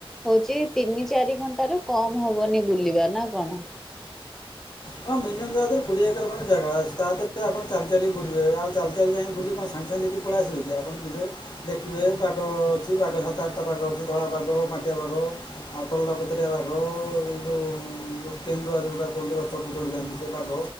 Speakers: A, in the centre; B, on the left.
A: ହଉଛି ତିନି ଚାରି ଘଣ୍ଟ ରୁ କମ ହବନି ବୁଲିବା ନା କଣ?
B: ହଁ ମିନିମ ତାାରେ କୋଡିଏ ଏକର କଣ ଜାଗା, ତା ଦେହରେ ଆପଣ ଚାଲି ଚାଲ ବୁିବେ ଆଉ ଚାଲି ଚାଲି ଯାଇ ବୁ କ କି ପଳେଇ ଆସିବେ କି ଆପଣ ଯିବେ ଦେଖିବେ ବାଗ ଅଛି, ବାଘ ସାତ ଆଠଟା ବାଗ ଅଛି, ଧଳାଗ ମା କୁ ଆଉ କଲାପତରେ ଆବାକୁ ପେ ଆଟା କ ସବୁ ଚଡ଼ି ଯାଆନ୍ତି ସେ ବାଘ